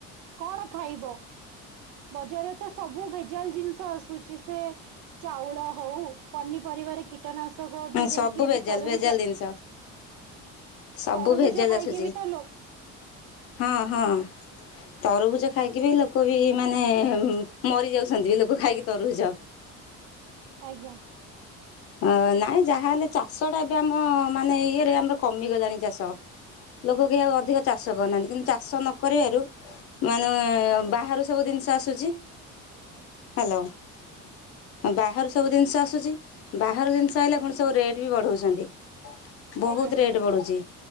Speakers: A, on the right; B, on the left.
A: କଣ ଖାଇବ? ବଜାରରେ ତ ସବୁ ଭେଜାଲ ଜିନିଷ ଆସୁଛି ସେ, ଚାଉଳ ହଉ ପନିପ ପରିବାର କୀଟନାଶକ ବି ଦେଇକି,
B: ସବୁ
A: ଏବେ
B: ଭେଜାଲ
A: ତରୁଭୁଜ
B: ଭେଜାଲ ଜିନିଷ ସବୁ
A: ତରଭୁଜ
B: ଭେଜାଲ
A: ଖାଇକି
B: ଆସୁଛି
A: ବି ତ ଲ
B: ହଁ ହଁ ତରଭୁଜ ଖାଇକି ବି ଲୋକ ବି ମାନେ ମରି ଯାଉଛନ୍ତି, ବି ଲୋକ ଖାଇକି ତରଭୁଜ
A: ଆଜ୍ଞା।
B: ଅ ନାଇଁ ଯାହାହଲେ ଚାଷ ଟା ଏବେ ଆମ ମାନେ ଇଏରେ, ଆମର କମିଗଲାଣି ଚାଷ ଲୋକ କି ଅଧିକ ଚାଷ କରୁନାହାନ୍ତି କିନ୍ତୁ ଚାଷ ନ କରିବାରୁ ମାନେ ବାହାରୁ ସବୁ ଜିନିଷ ଆସୁଛି।
A: ଆଜ <inaudible>
B: ହାଲୋ ବାହାରୁ ସବୁ ଜିନିଷ ଆସୁଛି, ବାହାର ଜିନିଷ ଆଇଲା, ପୁଣି ସବୁ ରେଟ୍ ବି ବଢଉଛନ୍ତି। ବହୁତ
A: ଆଜ୍ଞା
B: ରେଟ ବଢୁଛି।